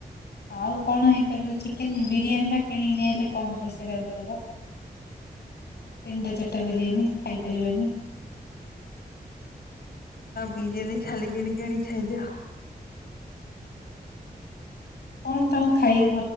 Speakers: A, on the left (about 85°); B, on the left (about 70°).
A: ଆଉ କଣ ହେଇପାରିବ ଚିକେନ ବିରିୟାନୀ ବା କିଣିକି ନେଇ ଆସିଲେ କମ ପଇସାରେ ଦବ। ତିନିଟା ଚାରିଟା ବିରିୟାନୀ ଖାଇପାରିବାନି।
B: ବିରିୟାନୀ ଖାଲି କିଣି କିଣି ଖାଇଦିଅ।
A: କଣ ତମ ଖାଇ